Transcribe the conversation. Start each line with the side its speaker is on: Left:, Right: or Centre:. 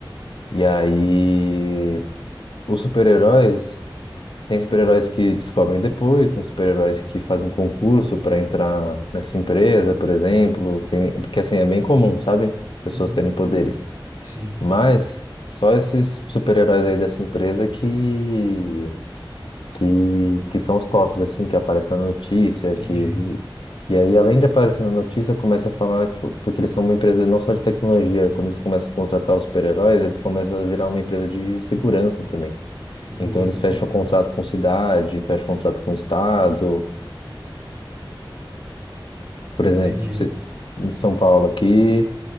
Left: E aí os super-heróis Tem super-heróis que descobrem depois, tem super-heróis que fazem concurso para entrar nessa empresa, por exemplo. Tem, porque assim, é bem comum, sabe? pessoas
Right: uhum,
Left: terem poderes.
Right: sim,
Left: Mas só esses super-heróis aí dessa empresa que, que, que são os tops, assim, que aparecem na notícia,
Right: entendi,
Left: que... E aí, além de aparecer na notícia, começa a falar, tipo, porque eles são uma empresa não só de tecnologia, quando eles começam a contratar os super-heróis, eles começam a virar uma empresa de segurança também.
Right: uhum,
Left: Então, eles fecham um contrato com cidade, fecham um contrato com estado, por exemplo,
Right: entendi,
Left: se- em São Paulo aqui.